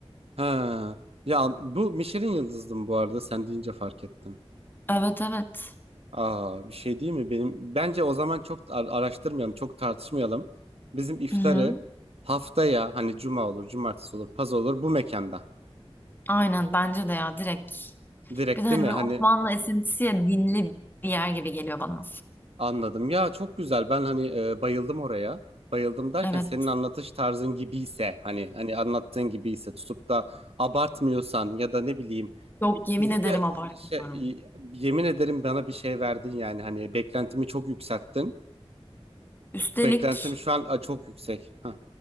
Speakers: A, on the right; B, on the left.
A: Ha. Ya bu Michelin yıldızdım bu arada sen deyince fark ettim.
B: Evet evet.
A: Aa, bir şey değil mi? Benim bence o zaman çok ar- araştırmayalım, çok tartışmayalım. Bizim iftarı
B: Hı-hı.
A: haftaya hani cuma olur, cumartesi olur, paz olur bu mekanda.
B: Aynen bence de ya direkt.
A: Direkt
B: Bir de hani
A: değil mi?
B: böyle
A: Hani
B: Osmanlı esintisi ya dinli bir yer gibi geliyor bana.
A: anladım. Ya çok güzel. Ben hani e, bayıldım oraya. Bayıldım derken
B: Evet.
A: senin anlatış tarzın gibiyse hani hani anlattığın gibiyse tutup da abartmıyorsan ya da ne bileyim
B: Yok yemin
A: bize
B: ederim
A: de
B: abartmıyorum.
A: şey, yemin ederim bana bir şey verdin yani hani beklentimi çok yükselttin.
B: Üstelik
A: Beklentim şu an a, çok yüksek. Hah.